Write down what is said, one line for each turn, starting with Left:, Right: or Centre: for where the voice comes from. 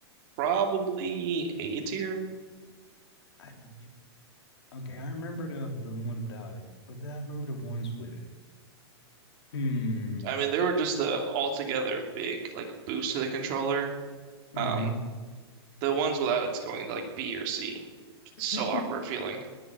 Right: probably A tier.
Left: I kn- okay, I remember the the one without it, but then I remember the ones with it. Hmm.
Right: I mean, they were just a altogether big like boost to the controller. Um,
Left: Mm-hmm.
Right: the ones without it's going to like B or C. It's
Left: <laughs>
Right: so awkward feeling.